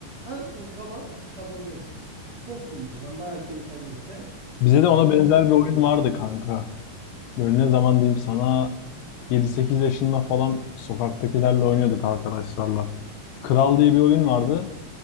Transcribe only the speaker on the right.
En son kalan kazanıyordu. Çok iyiydi. Ben bayağı keyif alıyordum. Sen?
Senin
en çok sevdiğin
oyun.